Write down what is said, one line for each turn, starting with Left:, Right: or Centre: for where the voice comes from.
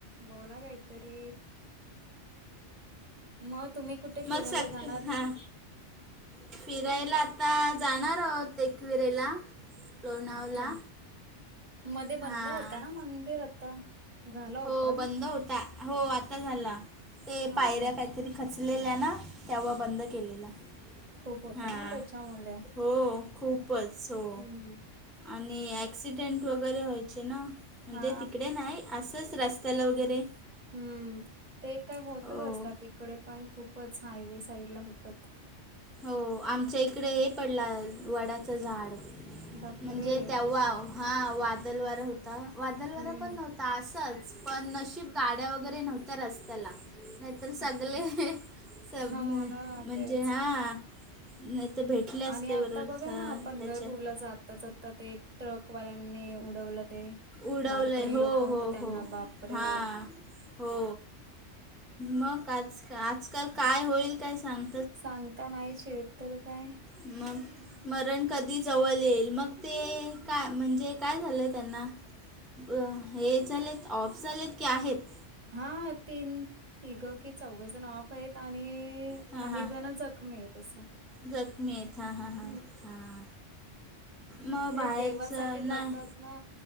Right: बोला काहीतरी मग तुम्ही कुठे
Centre: मग
Right: फिरायला
Centre: सक
Right: जाणार नाही.
Centre: हां फिरायला आता जाणार आहोत एकविरेला लोणावला
Right: अच्छा मध्ये
Centre: हां
Right: बंद होता ना मंदिर आता झालं ओपन
Centre: हो बंद होता हो आता झाला. ते
Right: हो
Centre: पायऱ्या
Right: का
Centre: काहीतरी खचलेल्या ना तेव्हा बंद केलेला.
Right: तू होताना
Centre: हां
Right: त्याच्यामुळे.
Centre: हो खूपच हो
Right: हम्म
Centre: आणि ॲक्सिडंट वैगरे व्हायचे ना. म्हणजे
Right: हा
Centre: तिकडे नाही असंच रस्त्याला वगैरे.
Right: हम्म ते काय होतच
Centre: हो
Right: असतात इिकडे पण खूपच हायवे साईड ला होतात.
Centre: हो आमच्या इकडे हे पडलं वडाचं झाड
Right: बापरे
Centre: म्हणजे तेव्हा हा वादल वार हो आता वादल वार
Right: हम्म
Centre: पण नव्हता असंच पण नशीब गाड्या वगैरे नव्हत्या रस्त्याला नाहीतर सगळे
Right: अच्छा
Centre: सब
Right: हो
Centre: म्हणजे
Right: ना तेच
Centre: हा नाही तर भेटले असते
Right: आणि
Centre: बरोबर
Right: बघा
Centre: ह
Right: ना पंढरपूरला
Centre: त्याच्यात
Right: जाता आताच आता ते ट्रकवाल्यांनी उडवलं ते
Centre: उडवलंय
Right: वारकरी
Centre: हो
Right: लोक होत
Centre: हो
Right: त्यांना
Centre: हो
Right: बापरे
Centre: हां हो मग आज आजकाल काय होईल काय सांग
Right: सांगता नाही श तर काय
Centre: मग. मरण कधी जवळ येईल मग ते काय म्हणजे काय झालंय त्यांना ब हे झालेत ऑफ झालेत की आहेत.
Right: हा तीन तिघं कि चौघ जण ऑफ आहेत आणि
Centre: हां
Right: काही
Centre: हां
Right: जण जखमी आहेत असं
Centre: जखमी आहेत हां हां हां
Right: हम्म
Centre: हां मग
Right: ते
Centre: बाहेरचं
Right: देवासाठी
Centre: नाही
Right: जातात ना